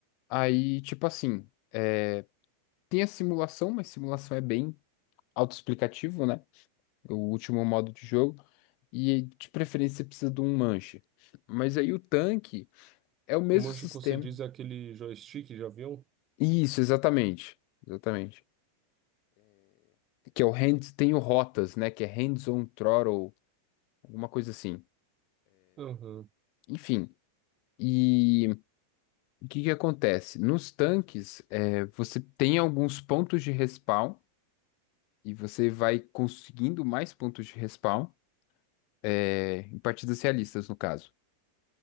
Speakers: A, on the left; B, on the right.
A: Aí, tipo assim. é, Tem a simulação, mas simulação é bem autoexplicativo, né? O último modo de jogo. e de preferência você precisa de um manche. Mas aí o tanque é o mesmo
B: O manche
A: sistema.
B: que você diz é aquele joystick de avião?
A: Isso, exatamente. Exatamente. Que é o hands, tem o rotas, né? Que é hands-on throttle, alguma coisa assim.
B: Aham.
A: Enfim. E o que que acontece? Nos tanques, é, você tem alguns pontos de respawn e você vai conseguindo mais pontos de respawn, é, em partidas realistas, no caso